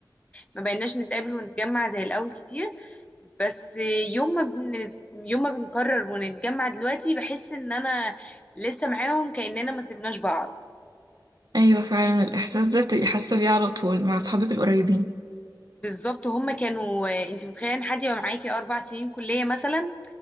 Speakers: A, on the left; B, on the right.
A: ما بقيناش نتقابل ونتجمع زي الاول كتير بس آه، يوم ما بن... يوم ما بنقرر ونتجمع دلوقتي بحس ان انا لسه معاهم كاننا ما سيبناش بعض
B: أيوه فعلا الإحساس ده بتبقي حاسة بيه على طول مع أصحابك القريبين
A: بالظبط هم كانوا انت متخيله ان حد يبقى معاكي اربع سنين كليه مثلا